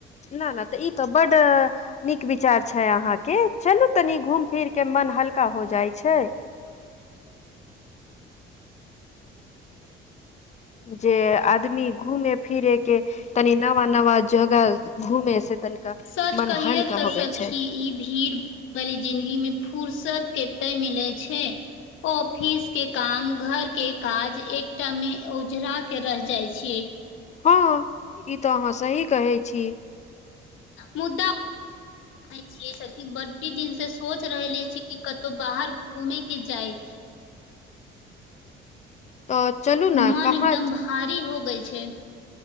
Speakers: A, on the left (about 35°); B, on the left (about 70°).
A: नऽ नऽ ई तऽ बड्ड नीक विचार छैय अहाँकेँ चलू तनी घूम फिर केँ मन हल्का हो जाइ छैय जे आदमी घुमे फिरेकेँ तनी नवा नवा जगह घुमे से तनका
B: सच
A: मन
B: कहियै
A: हलका
B: तऽ
A: होबै
B: सखी
A: छैय
B: ई भीड़ वाली जिन्दगी मे फुर्सत कते मिलै छैय ऑफिस केँ काम घर केँ काज एकटा मे ओझरा केँ रह जाइ छियै
A: हँ ई तऽ अहाँ सही कहैय छी
B: मुदा इ सब की बड्डी दिन से सोच रहले छी कि कतो बाहर घूमे केँ जाय
A: ओ चलू ने
B: मन
A: कहाँ
B: एकदम भारी हो गेल छै